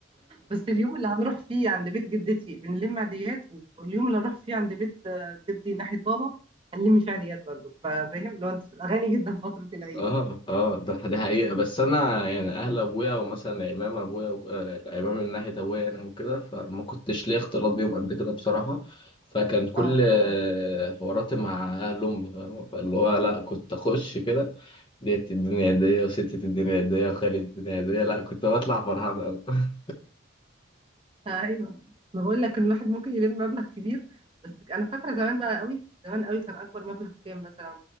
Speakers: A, on the right (about 25°); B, on the left (about 25°).
A: بس اليوم اللي هنروح فيه عند بيت جدتي بنلم عاديات واليوم اللي هنروح فيه عند بيت آه، جدي ناحيه بابا هنلم فيه عاديات برضو فاهم لو انت بتبقى غني جدا فتره العيد
B: اه اه ده ده حقيقه بس انا يعني اهل ابويا ومثلا العمام ابويا و- آه، العمام من ناحيه ابويا انا وكده فما كنتش ليا اختلاط بيهم قد كده بصراحه فكان كل
A: اه
B: آه، حواراتي مع اهل امي فاهمة؟ فاللي هو لا كنت اخش كده ديت الدنيا هدية وستة الدنيا هدية وخالد الدنيا هدية لا كنت بطلع فرحان أوي <laughs>
A: ايوه ما بقول لك ان الواحد ممكن يلم مبلغ كبير بس انا فاكره زمان بقى قوي زمان قوي كان اكبر مبلغ كام مثلا